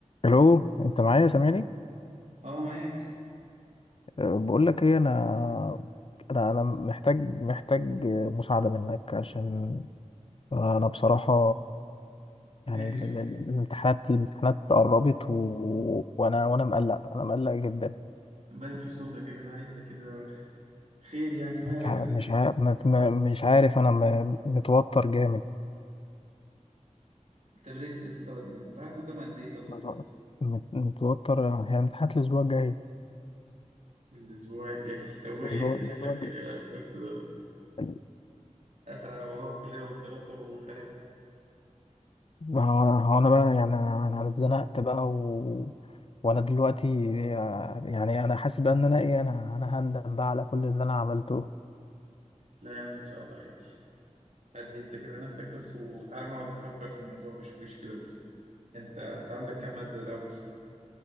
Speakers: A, on the left; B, on the right.
A: الو انت معايا سامعني
B: اه معاك
A: أه، بقول لك ايه انا انا انا محتاج محتاج مساعده منك عشان انا بصراحه
B: مالك
A: يعني ال- ال- ال- الامتحانات الامتحانات قربت و... وانا وانا مقلق انا مقلق جدا
B: باين في صوتك يا جدع ايه ده كده خير يعني مالك
A: مش ع-
B: بس
A: مش
B: في ايه
A: ع- مت- م- مش عارف انا م- متوتر جامد
B: طب ليه س- انت تقعد- الامتحانات قدام قد ايه طب بالظبط
A: مت- متوتر هي امتحانات الاسبوع الجاي
B: الاسبوع الجاي <laughs> طب وايه
A: الاسبوع
B: انت
A: الأسبوع
B: شكلك آه، كنت آه،
A: الجاي.
B: قافل على موضوع الكلية والدراسة وخارب
A: ما هو انا هو أنا بقى يعني انا أنا اتزنقت بقى و... وانا دلوقتي آه، يعني انا حاسس بقى ان انا ايه انا انا هندم بقى على كل اللي انا عملته
B: لا يا عم ان شاء الله خير قد انت كده نفسك بس وتعالى نقعد نفكر في الموضوع بشويش كده بس انت انت عندك كام مادة الاول